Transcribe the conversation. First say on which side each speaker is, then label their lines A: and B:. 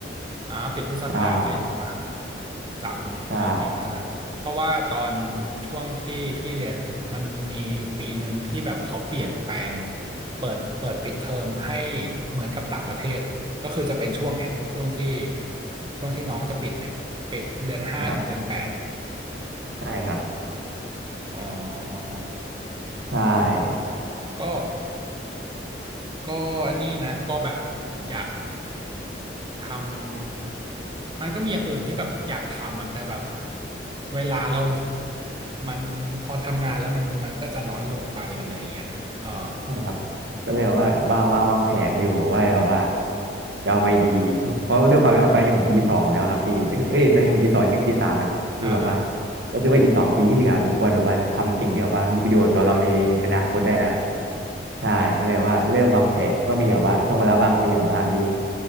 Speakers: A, on the right; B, on the right.
A: อ่าปิดพฤษภาไปมหา
B: ใช่
A: จำอ่าจำนั่นแหละเพราะว่าตอน
B: ใช่
A: ช่วงที่พี่เรียนมันมีอยู่ปีหนึ่งที่แบบเขาเปลี่ยนแปลงเปิดเปิดปิดเทอมให้เหมือนกับต่างประเทศก็คือจะเป็นช่วงเนี่ยช่วงที่ช่วงที่น้องจะปิดเนี่ยปิดเดือนห้าถึงเดือนแปด
B: ครับใช่ครับ
A: อ๋ออ๋ออ๋อ
B: ใช่
A: ก็ก็นี่นะก็แบบอยาก ทำมันก็มีอย่างอื่นที่แบบอยากทำอ่ะแต่แบบเวลาเรามันพอทำงานแล้วมันมันก็จะน้อยลงไปอะไรอย่างเงี้ยอ๋อ
B: ใช่ครับก็เลยแบบว่าวางวางวางแผนอยู่ว่าแบบว่าจะเอาไงดีเพราะด้วยความที่าตอนนี้ผมปีสองแล้วครับพี่เอ้ยตอนนี้ผมปีสองขึ้นปีสามแล้วคือแบบว่า
A: อืมอืมอืมอ่าอ่า
B: ก็คือว่าอีกสองปีที่เหลือมันควรแบบว่าทำสิ่งที่แบบว่ามีประโยชน์ต่อเราในอนาคตได้แล้วใช่ก็เลยว่าเริ่มวางแผนก็มีแบบว่าช่วงเวลาว่างก็มีแบบว่ามี